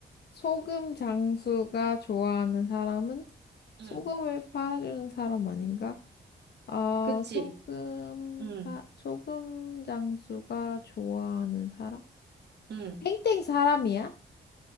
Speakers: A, on the left; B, on the right.
A: 소금 장수가 좋아하는 사람은 소금을
B: 응,
A: 팔아주는 사람 아닌가? 아,
B: 그치.
A: 소금,
B: 응,
A: 파, 소금 장수가 좋아하는 사람?
B: 응.
A: 땡땡 사람이야?